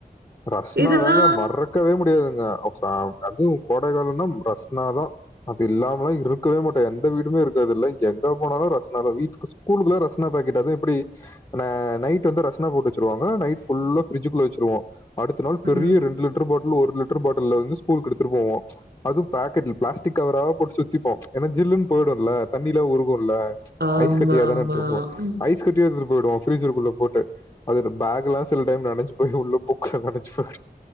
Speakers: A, on the left; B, on the right.
A: ரஸ்னா
B: இதெல்லா
A: தாங்க மறக்கவே முடியாதுங்க அப்சாம் அது கோடை காலனா ரஸ்னாதா அது இல்லாமலா இருக்கவே மூட்டே எந்த வீடுமே இருக்காது இல்ல எங்க போனாலு ரஸ்னாதா வீட்டுகுஸ் கூலுக்குலா ரஸ்னா பாக்கெட்டு அது எப்டி ந நைட் வந்து ரஸ்னா போட்டு வச்சிருவாங்க நைட் ஃபுல்லா ஃப்ரிட்ஜுகுள்ள வச்சிருவோ அடுத்த நாள் பெரிய
B: ம்
A: ரெண்டு லிட்ரு பாட்லு ஒரு லிட்ரு பாட்டில்ல வந்து ஸ்கூல்க்கு எடுத்துடு போவோ அதும் பேக்கெட்டில் பிளாஸ்டிக் கவரா போட்டு சுத்திப்போ ஏனா ஜில்லுன் போயிடுல்ல தண்ணில வுருகுல்ல
B: ஆமா
A: ஐஸ் கட்டியாதானே
B: ஆமா
A: எடுத்துருப்போ
B: ம்
A: ஐஸ் ஸ்கட்டியா எடுத்துடு போயிடுவோ ஃப்ரீசர்க்குள்ள போட்டு அதுல பேக்லா சில டைம் நெனஞ்சு போய் வுள்ள பு க நெனச்சு பாடு